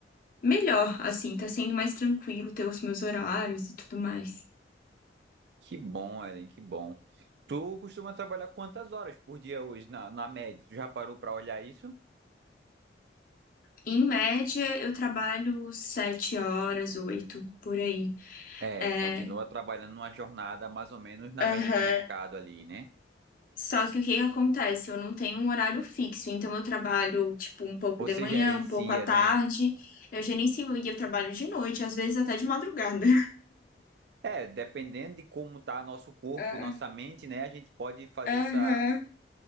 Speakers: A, on the left; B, on the right.
A: melhor, assim, tá sendo mais tranquilo ter os meus horários e tudo mais.
B: Que bom, Ellen, que bom. Tu costuma trabalhar quantas horas por dia hoje, na, na média? Tu já parou para olhar isso?
A: Em média, eu trabalho sete horas, oito, por aí.
B: É,
A: É,
B: continua trabalhando numa jornada mais ou menos na
A: aham.
B: média de mercado ali, né?
A: Só que o que que acontece? Eu não tenho um horário fixo, então eu trabalho, tipo, um pouco
B: Você
A: de manhã,
B: gerencia,
A: um pouco à tarde.
B: né?
A: Eu gerencio e eu trabalho de noite, às vezes até de madrugada.
B: É, dependendo de como tá nosso corpo,
A: <laughs> Ah,
B: nossa mente, né? A gente pode fazer
A: Aham.
B: essa,